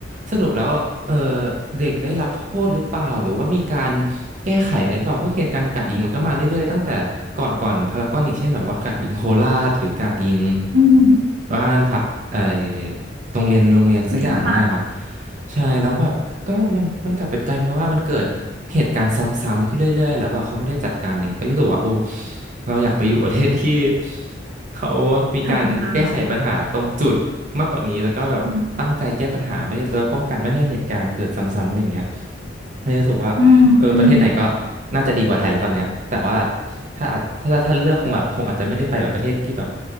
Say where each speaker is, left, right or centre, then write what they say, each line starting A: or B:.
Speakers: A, on the right; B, on the right.
A: สรุปแล้วเออเด็กได้รับโทษหรือเปล่าหรือว่ามีการแก้ไขอะไรหรือเปล่าเพราะเหตุการณ์กราดยิงมันก็มาเรื่อยๆตั้งแต่ก่อนก่อนพารากอนอีกเช่นแบบว่ากราดยิงโคราชหรือกราดยิง
B: อืม
A: บ้านพักไอโรงเรียนโรงเรียนสักอย่างเนี่ยนะคะ
B: ก็ค่ะ
A: ใช่แล้วแบบก็มันมันกลับเป็นกลายเป็นว่ามันเกิดเหตุการณ์ซ้ำๆขึ้นเรื่อยๆแล้วแบบเขาไม่ได้จัดการอะไรอย่างเงี้ยก็รู้สึกว่าโอ้เราอยากไปอยู่ประเทศที่ เขามีการแก้ไขปัญหาตรงจุดมากกว่านี้แล้วก็แบบตั้งใจแก้ปัญหาไม่แล้วป้องกันไม่ให้เหตุการณ์เกิดซ้ำๆอะไรอย่างเงี้ย
B: ๆค่ะออแบบอืม
A: ไม่รู้สึกว่าเออประเทศไหนก็
B: อืมๆ
A: น่าจะดีกว่าไทยแล้วตอนเนี้ยแต่ว่าถ้าอาจถ้าถ้าเลือกคงแบบคงอาจจะไม่ได้ไปแบบประเทศที่แบบ